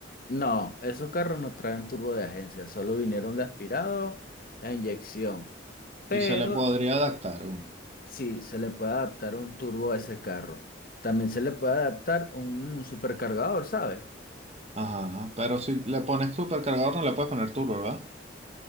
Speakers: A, on the left; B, on the right.
A: No, esos carros no traen turbo de agencia, solo vinieron de aspirado a inyección. Pero
B: Y se le podría adaptar uno.
A: sí, se le puede adaptar un turbo a ese carro. También se le puede adaptar un, un supercargador, ¿sabes?
B: Ajá, pero si le pones supercargador no le puedes poner turbo, ¿verdad?